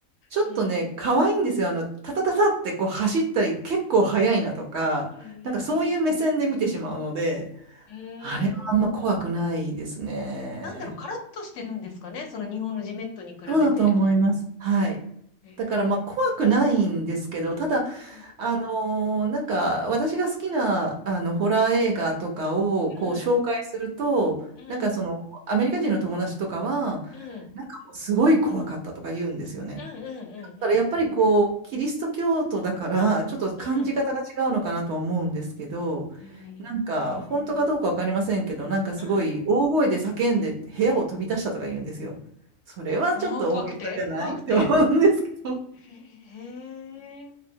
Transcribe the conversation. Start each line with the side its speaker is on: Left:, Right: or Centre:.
Right: ちょっとね、
Left: うん。
Right: 可愛いんですよ。あの、タタタタってこう走ったり、結構速いなとか、
Left: うん。うん
Right: なんかそういう目線で見てしまうので、
Left: うんうんうん。
Right: あれはあんま怖くないですね。
Left: うーん。なんだろう、カラッとしてるんですかね。その日本のジメットに比べて。
Right: そうだと思います。はい。
Left: ええ
Right: だからまあ怖くないんですけど、ただ
Left: うん。
Right: あのーなんか私が好きなあのホラー映画とかをこう紹介するとなんかそのアメリカ人の友達とかは
Left: うん。うん。うん。
Right: なんかもうすごい怖かったとか言うんですよね。
Left: うんうんうんう
Right: だからやっぱりこうキリスト教徒だからちょっと感じ方が違うのかなとは思うんですけど
Left: んうん。うん。へえ。
Right: なんか本当かどうか分かりませんけどなんかすごい大声で叫んで部屋を飛び出したとか言うんですよ。
Left: うん。
Right: それはちょっと大げさじゃないって思うんですけど。
Left: うん。怖くて怖くてへえ。